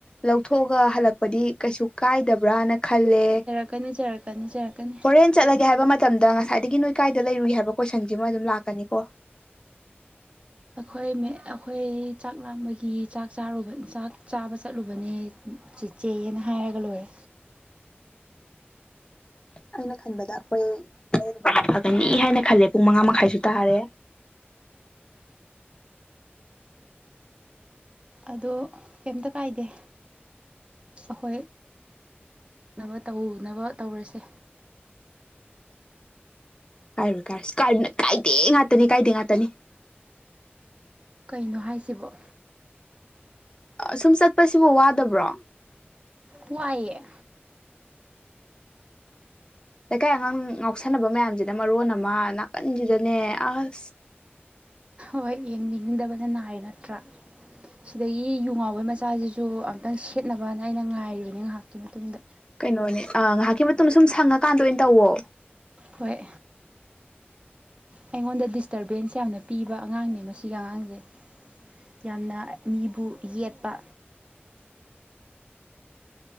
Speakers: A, on the left (about 20°); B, on the right (about 25°).
A: ꯂꯧꯊꯣꯛꯑꯒ ꯍꯜꯂꯛꯄꯗꯤ ꯀꯩꯁꯨ ꯀꯥꯏꯗꯕ꯭ꯔꯥꯅ ꯈꯜꯂꯦ
B: ꯀꯟꯅꯖꯔꯛꯀꯅꯤꯖꯔꯛꯀꯅꯤ
A: ꯇ꯭ꯔꯦꯟ ꯆꯠꯂꯒꯦ ꯍꯥꯏꯕ ꯃꯇꯝꯗ ꯉꯁꯥꯏꯗꯒꯤ ꯅꯣꯏ ꯀꯥꯏꯗ ꯂꯩꯔꯨꯏ ꯍꯥꯏꯕ ꯀꯣꯏꯁꯟꯁꯤꯃ ꯑꯗꯨꯝ ꯂꯥꯛꯀꯅꯤ ꯀꯣ
B: ꯑꯩꯈꯣꯏ ꯑꯩꯈꯣꯏ ꯆꯥꯛ ꯂꯥꯡꯝꯕꯒꯤ ꯆꯥꯛ ꯆꯥꯔꯨꯕ ꯆꯥꯛ ꯆꯥꯕ ꯆꯠꯂꯨꯕꯅꯦ ꯆꯤꯆꯦꯑꯅ ꯍꯥꯏꯔꯒ ꯂꯣꯏꯔꯦ
A: ꯑꯩꯅ ꯈꯟꯕꯗ ꯑꯩꯈꯣꯏ ꯂꯩꯗꯤ ꯐꯒꯅꯤ ꯍꯥꯏꯅ ꯈꯜꯂꯦ ꯄꯨꯡ ꯃꯉꯥ ꯃꯈꯥꯏꯁꯨ ꯇꯥꯔꯦ
B: ꯑꯗꯣ ꯀꯩꯝꯇ ꯀꯥꯏꯗꯦ ꯑꯩꯈꯣꯏꯅꯕ ꯇꯧꯅꯕ ꯇꯧꯔꯁꯦ
A: ꯀꯥꯏꯔꯣꯏ ꯀꯥꯏꯔꯣꯏꯁꯤ ꯀꯥꯏꯔꯤꯕꯅꯤꯅ ꯀꯥꯏꯗꯦ ꯉꯥꯛꯇꯅꯤ ꯀꯥꯏꯗꯦ ꯉꯥꯛꯇꯅꯤ
B: ꯀꯩꯅꯣ ꯍꯥꯏꯁꯤꯕꯣ
A: ꯁꯨꯝ ꯆꯠꯄꯁꯤꯕꯨ ꯋꯥꯗꯕ꯭ꯔꯣ
B: ꯋꯥꯋꯥꯏꯌꯦ
A: ꯂꯩꯀꯥꯏ ꯑꯉꯥꯡ ꯉꯥꯎꯁꯟꯅꯕ ꯃꯌꯥꯝꯁꯤꯅ ꯃꯔꯣꯟ ꯑꯃ ꯅꯥꯀꯟꯁꯤꯗꯅꯦ ꯑꯁ
B: ꯍꯣꯏ ꯌꯦꯡꯅꯤꯡꯗꯕꯅ ꯅꯥꯏ ꯅꯠꯇ꯭ꯔꯥ ꯁꯤꯗꯒꯤ ꯌꯨ ꯉꯥꯎꯕꯩ ꯃꯆꯥꯁꯤꯁꯨ ꯑꯝꯇꯪ ꯁꯦꯠꯅꯕꯅ ꯑꯩꯅ ꯉꯥꯏꯔꯤꯕꯅꯦ ꯉꯥꯏꯍꯥꯛꯀꯤ ꯃꯇꯨꯡꯗ
A: ꯀꯩꯅꯣꯅꯦ ꯉꯥꯏꯍꯥꯛꯀꯤ ꯃꯇꯨꯡꯗ ꯁꯨꯝ ꯁꯪꯉꯀꯥꯟꯗ ꯑꯣꯏꯅ ꯇꯧꯋꯣ
B: ꯍꯣꯏ ꯑꯩꯉꯣꯟꯗ ꯗꯤꯁꯇꯔꯕꯦꯟꯁ ꯌꯥꯝꯅ ꯄꯤꯕ ꯑꯉꯥꯡꯅꯦ ꯃꯁꯤꯒꯤ ꯑꯉꯥꯡꯁꯦ ꯌꯥꯝꯅ ꯃꯤꯕꯨ ꯌꯦꯠꯄ